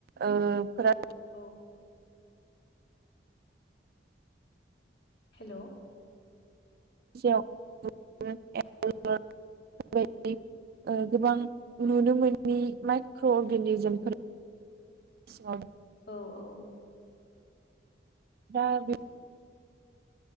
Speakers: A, on the right; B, on the left.
A: ओ फोरा
B: औ हेल'
A: <unintelligible> ओ गोबां नुनो मोननि माइक्र' अर्गेनिजोमफोर सलब <unintelligible>
B: औ औ
A: दा बे